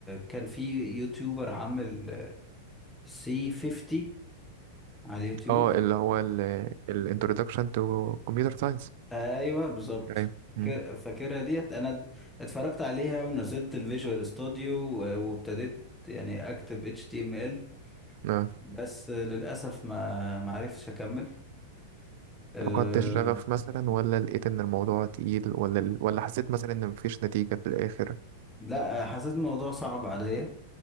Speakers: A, in the centre; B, on the right.
A: كان في يوتيوبر عامل سي 50 على اليوتيوب
B: آه، اللي هو ال الانترودكشن تو كمبيوتر ساينس
A: ايوه بالظبط
B: ايوه
A: فاكر
B: مم.
A: فاكرها ديت انا اتفرجت عليها ونزلت الفيجوال ستوديو و- وابتديت يعني اكتب HTML
B: آه.
A: بس للاسف ما ما عرفتش اكمل أه
B: فقدت الشغف مثلا ولا لقيت ان الموضوع تقيل ولا ال- ولا حسيت مثلا ان مفيش نتيجة في الاخر
A: لا حسيت الموضوع صعب عليا